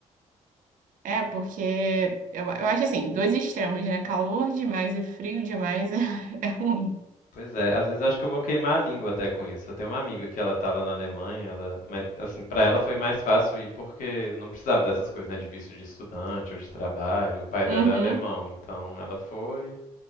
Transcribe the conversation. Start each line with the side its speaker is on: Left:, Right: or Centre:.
Right: É, porque eu, eu acho assim, dois extremos, né? Calor demais e frio demais <laughs> é, é ruim.
Left: Pois é, às vezes eu acho que eu vou queimar a língua até com isso. Eu tenho uma amiga que ela tá lá na Alemanha, ela, mas assim, para ela foi mais fácil ir porque não precisava dessas coisas, né, de visto de estudante ou de trabalho. O pai dela
Right: Uhum.
Left: é alemão, então ela foi,